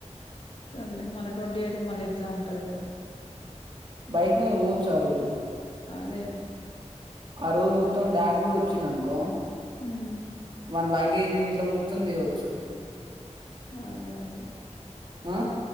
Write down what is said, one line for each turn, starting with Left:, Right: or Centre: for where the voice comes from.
Left: సర్లే మళ్ ట్వంటీ ఎయిట్ క మళ ఎగ్జామ్ ఉంటది కదా
Right: బైక్ మీద పోచ్చారు
Left: అదేలే
Right: రోజు మొత్తం డాడీ గుడొచ్చిండనుకో
Left: ఉమ్
Right: వాని లగేజ్ ఇల్ల మొత్తం తేవచ్చు
Left: అదే అదే
Right: ఆ